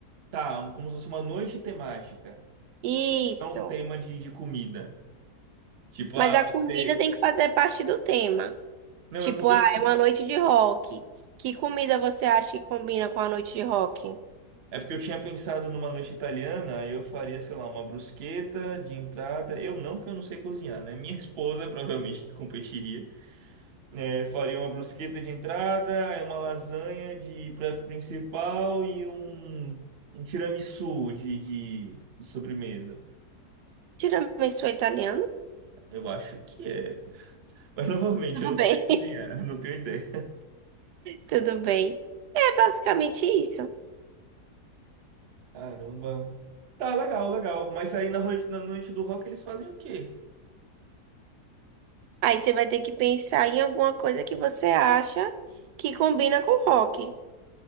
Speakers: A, on the right; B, on the right.
A: Tá, um- como se fosse uma noite temática.
B: Isso.
A: Não um tema de, de comida. Tipo,
B: Mas
A: ah,
B: a comida
A: vai ser.
B: tem que fazer parte do tema.
A: Não,
B: Tipo,
A: é porque
B: ah,
A: eu pens-
B: é uma noite de rock. Que comida você acha que combina com a noite de rock?
A: é porque eu tinha pensado numa noite italiana, aí eu faria, sei lá, uma brusqueta de entrada. Eu não, porque eu não sei cozinhar, né? Minha <laughs> esposa provavelmente que competiria. É, faria uma brusqueta de entrada, aí uma lasanha de prato principal e um, um tiramisu de, de de sobremesa.
B: Tiramisu é italiano?
A: Eu acho que é. Mas novamente,
B: Tudo
A: eu
B: bem.
A: não sei cozinhar, eu não tenho ideia.
B: Tudo bem. É basicamente isso.
A: Caramba. Tá, legal, legal. Mas aí na noite, na noite do rock eles fazem o quê?
B: Aí você vai ter que pensar em alguma coisa que você acha que combina com rock.